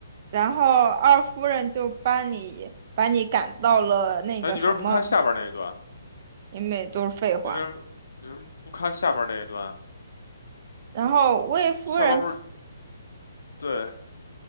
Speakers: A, on the right; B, on the left.
A: 然后二夫人就把你把你赶到了那个什么，
B: 哎，你为什么不看下边那一段？
A: 因为都是废话。
B: 你为什么你为什么不看下边那一段？
A: 然后魏夫人起
B: 下边不是对